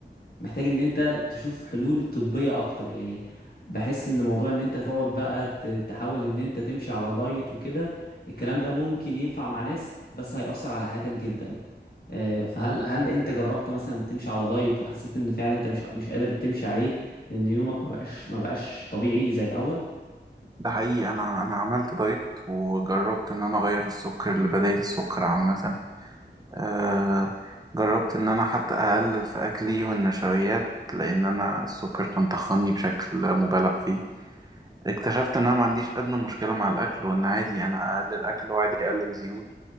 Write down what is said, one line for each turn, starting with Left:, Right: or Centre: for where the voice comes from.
Left: محتاج ان انت تشوف حلول طبية اكتر يعني بحس ان موضوع ان انت تقعد بقى ت- تحاول ان انت تمشي على دايت وكده الكلام ده ممكن ينفع مع ناس بس هيأثر على حياتك جدا يعني آه، فهل هل انت جربت مثلا تمشي على دايت وحسيت ان فعلا انت مش مش قادر تمشي عليه لان يومك ما بقاش ما بقاش طبيعي زي الاول
Right: ده حقيقي أنا أنا عملت دايت وجربت إن أنا أغير السكر لبدايل السكر عامة آه جربت ان انا حتى اقلل في اكلي والنشويات لان انا السكر كان طخني بشكل مبالغ فيه اكتشفت ان انا ما عنديش ادنى مشكلة مع الاكل وان عادي انا اقلل اكل وعادي اقلل زيوت